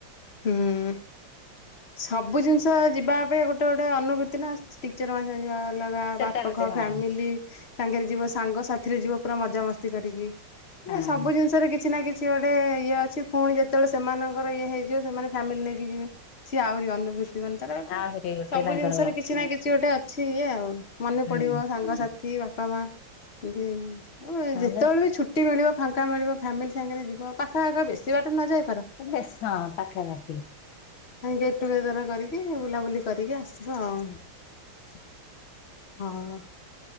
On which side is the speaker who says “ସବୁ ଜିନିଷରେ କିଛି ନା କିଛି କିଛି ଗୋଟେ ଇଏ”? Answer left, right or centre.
Left